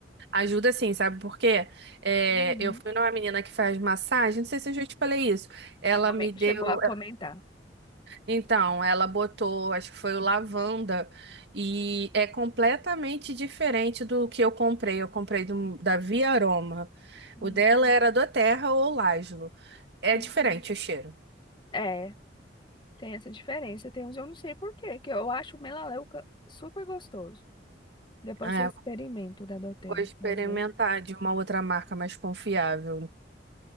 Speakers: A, on the right (about 65°); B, on the left (about 25°).
A: Ajuda sim, sabe por quê? É,
B: Uhum.
A: eu fui numa menina que faz massagem, não sei se eu já te falei isso. Ela
B: Come-
A: me deu.
B: Chegou a comentar.
A: Então, ela botou, acho que foi o lavanda, e é completamente diferente do que eu comprei. Eu comprei do- da Via Aroma.
B: Uhum,
A: O dela era doTERRA ou Lajlo. É
B: uhum.
A: diferente o cheiro.
B: É, tem essa diferença. Tem uns, eu não sei por quê, que eu acho o melaleuca super gostoso. Depois
A: É,
B: você experimenta o da Doterra,
A: vou experimentar
B: que às vezes
A: de uma outra marca mais confiável.